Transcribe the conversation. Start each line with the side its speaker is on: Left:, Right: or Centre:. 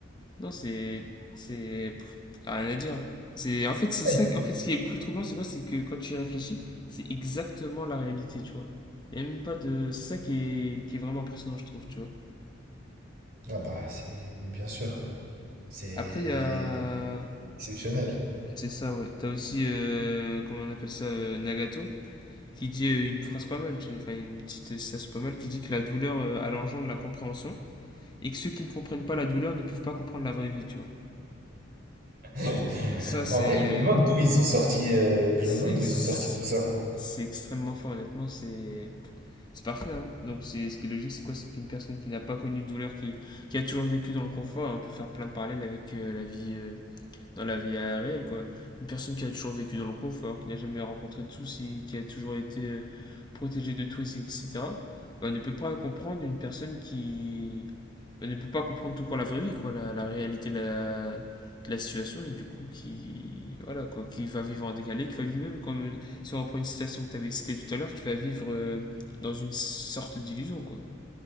Left: Non, c'est. C'est. pff, Rien à dire. hein. C'est... En fait, c'est ça.
Right: Aïe.
Left: En fait, ce qui est le plus troublant, c'est quoi? C'est que quand tu y réfléchis, c'est exactement la réalité, tu vois. Il n'y a même pas de. C'est ça qui est... qui est vraiment impressionnant, je trouve, tu vois.
Right: Ah bah, c'est bien sûr, c'est
Left: Après, il y a.
Right: exceptionnel.
Left: C'est ça, ouais. T'as aussi. euh, Comment on appelle ça? euh, Nagato. qui dit euh, une phrase pas mal, enfin une petite citation pas mal, qui dit que la douleur euh, a l'engendre de la compréhension et que ceux qui ne comprennent pas la douleur ne peuvent pas comprendre la vraie vie, tu vois.
Right: <laughs>
Left: Et ça, c'est.
Right: En vrai, je me demande d'où ils ont sorti, euh, je
Left: C'est
Right: me demande d'où ils ont sorti tout ça.
Left: c'est extrêmement fort, honnêtement, c'est. C'est parfait, hein. Donc, c'est ce qui est logique, c'est quoi? C'est qu'une personne qui n'a pas connu de douleur, qui, qui a toujours vécu dans le confort, hein, on peut faire plein de parallèles avec euh, la vie, euh, dans la vie euh, réelle, quoi. Une personne qui a toujours vécu dans le confort, qui n'a jamais rencontré de soucis, qui a toujours été euh, protégée de tout, et cetera ben, on ne peut pas comprendre une personne qui on ne peut pas comprendre tout court la vraie vie, quoi, la, la réalité de la, de la situation, et du coup, qui, voilà, quoi, qui va vivre en décalé, qui va vivre même, comme si on reprend une citation que tu avais citée tout à l'heure, qui va vivre euh, dans une sorte d'illusion, quoi.